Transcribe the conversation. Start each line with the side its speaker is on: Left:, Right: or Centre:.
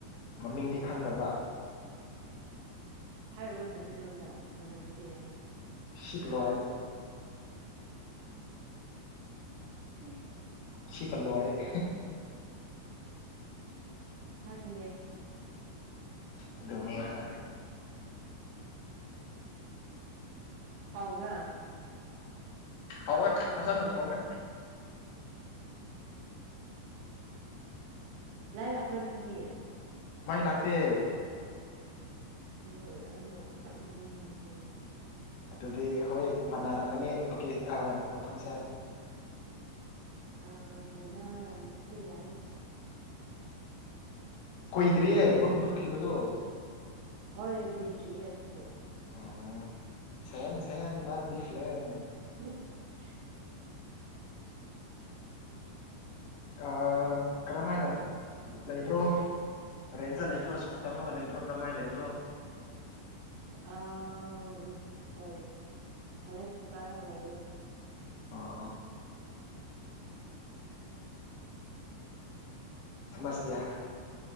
Left: ꯃꯃꯤꯡꯗꯤ
Right: ꯑꯣ
Left: ꯈꯪꯗꯕ
Right: ꯍꯥꯏꯔꯑꯣꯅ ꯅꯣꯏ ꯂꯣꯟꯗ ꯃꯥꯟꯅꯕꯁꯨ ꯌꯥꯏ
Left: ꯁꯤꯞꯂꯣꯏ
Right: <unintelligible>
Left: ꯁꯤꯄꯜꯂꯣꯏ <unintelligible>
Right: ꯈꯪꯗꯦ
Left: ꯑꯗꯨꯅꯦꯕ
Right: ꯍꯥꯎꯕ꯭ꯔꯥ
Left: ꯍꯥꯎꯋꯦ ꯐꯖꯅ ꯊꯣꯡꯉꯦ
Right: ꯂꯥꯏ ꯂꯥꯛꯄ꯭ꯔ ꯅꯣꯏꯗꯤ
Left: ꯃꯥꯏ ꯂꯥꯛꯇꯦ
Right: <unintelligible> ꯆꯞ ꯃꯥꯟꯅꯩꯅꯦ ꯑꯗꯨꯗꯤ
Left: ꯑꯗꯨꯗꯤ ꯑꯩꯈꯣꯏ ꯃꯥꯟꯅꯔꯝꯒꯅꯤ ꯂꯣꯀꯦ ꯑ ꯃꯐꯝꯁꯦ
Right: ꯑ ꯃꯟꯅꯥꯔꯝꯕꯁꯨ ꯌꯥꯏ
Left: ꯀꯨꯏꯗ꯭ꯔꯤꯌꯦ ꯃꯨꯠꯈꯤꯕꯗꯣ
Right: ꯍꯣꯏ ꯀꯨꯏꯗ꯭ꯔꯤꯌꯦ ꯑꯩꯈꯣꯏꯁꯨ
Left: ꯑꯣ ꯁꯦꯝ ꯁꯦꯝ ꯕꯗ ꯗꯤꯐ꯭ꯂꯦꯟ
Right: <unintelligible>
Left: ꯑꯥ ꯀꯔꯝꯃꯥꯏꯅ ꯂꯩꯕ꯭ꯔꯣ ꯔꯦꯟꯗ ꯂꯩꯕ꯭ꯔꯣ ꯁ꯭ꯀ ꯀꯨ ꯇꯝꯃꯒ ꯂꯩꯕ꯭ꯔꯣ ꯀꯃꯥꯏ ꯂꯩꯕ꯭ꯔꯣ
Right: ꯑꯥꯝ ꯍꯣꯏ ꯀꯣꯂꯦꯖ ꯀꯥꯔꯒ ꯂꯩꯌꯦ
Left: ꯑꯣ ꯁꯃꯁ ꯀꯌꯥ